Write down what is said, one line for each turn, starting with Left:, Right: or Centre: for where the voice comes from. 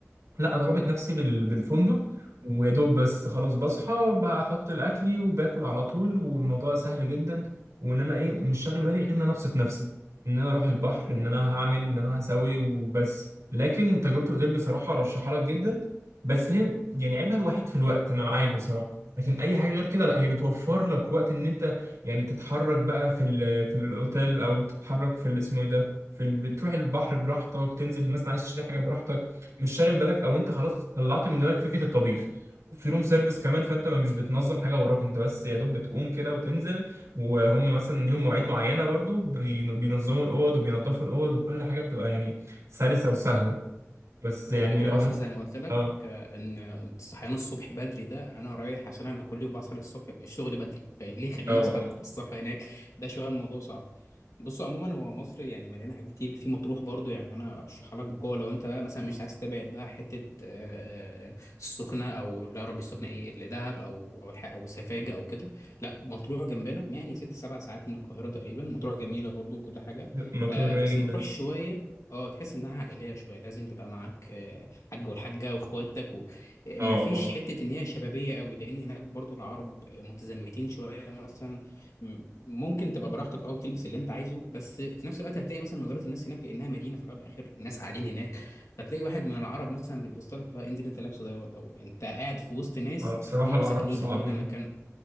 Right: لا انا رابط نفسي بال... بالفندق ويا دوب بس خلاص بصحى بحط الاكلي وباكل على طول والموضوع سهل جدا وان انا ايه مش شاغل بالي غير ان انا ابسط نفسي ان انا اروح البحر ان انا هعمل ان انا هسوي وبس لكن تجربه الاوتيل بصراحه ارشحها لك جدا بس هي يعني عيبها الوحيد في الوقت انا معاك بصراحه لكن اي حاجه غير كده لا هي بتوفر لك وقت ان انت يعني تتحرك بقى في ال... في الاوتيل او تتحرك في اللي اسمه ايه ده في ال... بتروح البحر براحتك تنزل مثلا عايز تشتري حاجه براحتك مش شاغل بالك او انت خلاص طلعت من دماغك فكره الطبيخ في روم سيرفيس كمان فانت مش بتنظم حاجه وراك انت بس يا دوب بتقوم كده وتنزل وهم مثلا ليهم مواعيد معينه برضو بين- بينظموا الاوض وبينظفوا الاوض وكل حاجه بتبقى يعني سلسه وسهله بس يعني
Left: والفكرة
Right: لو
Left: بس
Right: هت...
Left: زي ما قلت لك
Right: اه
Left: آه، ان الصحيان الصبح بدري ده انا رايح عشان انا كل يوم بصحى الصبح الشغل بدري فليه خليني
Right: اه اه
Left: اصحى الصبح هناك ده شوية الموضوع صعب بصوا عموما هو مصر يعني مليانة حاجات كتير في مطروح برضو يعني انا ارشحها لك بقوة لو انت بقى مثلا مش عايز تبعد بقى حتة آه، آه، السخنة او لا يا ربي السخنة ايه اللي دهب او او الح- او سفاجة او كده لا مطروح جنبنا يعني ست سبع ساعات من القاهرة تقريبا مطروح جميلة برضو وكل حاجة
Right: مطروحه
Left: آه،
Right: جميله
Left: بس
Right: جدا
Left: مطروح شوية اه تحس انها عائليه شويه لازم تبقى معاك آه، حاج والحاجه واخواتك و...
Right: اه
Left: ما فيش
Right: اه
Left: حته ان هي شبابيه قوي لان هناك برضو العرب آه، متزمتين شويه مثلا م- ممكن تبقى براحتك او تلبس اللي انت عايزه بس في نفس الوقت هتلاقي مثلا نظره الناس هناك لانها مدينه في الاول والاخر الناس قاعدين هناك فتلاقي واحد من العرب مثلا بيبص لك لا إيه اللي انت لابسه ده ياض؟ او انت قاعد في وسط ناس
Right: اه بصراحه
Left: هم
Right: العرب
Left: ساكنين
Right: صعبين
Left: هو ده مكانهم